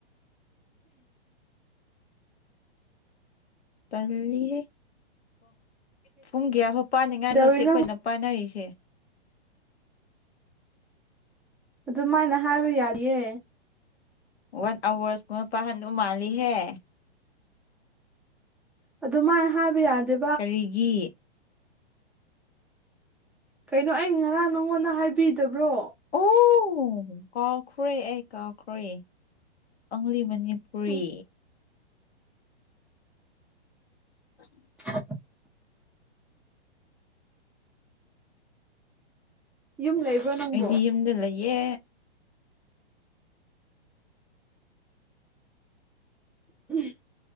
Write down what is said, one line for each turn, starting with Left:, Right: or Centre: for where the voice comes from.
Left: ꯇꯜꯂꯤꯍꯦ ꯄꯨꯡ ꯀꯌꯥꯐꯥꯎ ꯄꯥꯅꯤꯡꯉꯥꯏꯅꯣ
Centre: ꯀꯩꯗꯧꯔꯤꯅꯣ
Left: ꯁꯤ ꯑꯩꯈꯣꯏꯅ ꯄꯥꯏꯅꯔꯤꯁꯦ꯫
Centre: ꯑꯗꯨꯃꯥꯏꯅ ꯍꯥꯏꯕ ꯌꯥꯗꯤꯌꯦ
Left: ꯋꯥꯟ ꯑꯋꯥꯔꯁꯀꯨꯝꯕ ꯄꯍꯟꯗꯧ ꯃꯥꯜꯂꯤꯍꯦ꯫
Centre: ꯑꯗꯨ ꯃꯥꯏ ꯍꯥꯏꯕ ꯌꯥꯗꯦ꯫
Left: ꯀꯔꯤꯒꯤ
Centre: ꯀꯩꯅꯣ ꯑꯩ ꯉꯔꯥꯡ ꯅꯪꯉꯣꯟꯗ ꯍꯥꯏꯕꯤꯗꯕ꯭ꯔꯣ꯫
Left: ꯑꯣ ꯀꯥꯎꯈ꯭ꯔꯦ ꯑꯩ ꯀꯥꯎꯈ꯭ꯔꯦ ꯑꯪꯛꯂꯤ ꯃꯅꯤ ꯔꯤ
Centre: ꯎꯝ
Left: <inaudible>
Centre: <inaudible> ꯌꯨꯝ ꯂꯩꯕ꯭ꯔꯣ ꯅꯪꯕꯣ
Left: ꯑꯩꯗꯤ ꯌꯨꯝꯗ ꯂꯩꯌꯦ꯫
Centre: ꯎꯝ